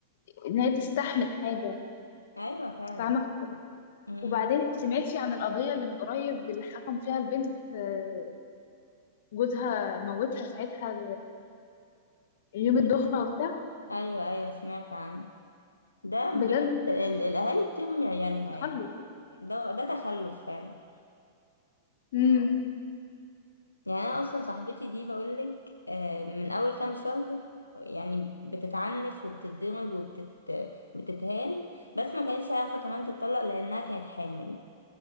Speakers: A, on the left; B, on the left.
A: ان هي تستحمل حاجه
B: أيوة فعلا
A: فاهمه
B: أمم.
A: وبعدين سمعتي عن القضيه اللي من قريب اللي حكم فيها البنت آه، جوزها موتها ساعتها يوم الدخله وبتاع
B: أيوة أيوة سمعت عنه ده
A: بجد
B: بجد ال- الأهالي بترمي عيالها
A: تخلف
B: يعني ده ده تخلف فعلا
A: امم
B: يعني انا اصلا صاحبتي دي بقولك آه، من اول كام شهر يعني بتتعنف وبتتضرب وبتت بتتهان بس ما كانتش عارفه كمان تتطلق لانها كانت حامل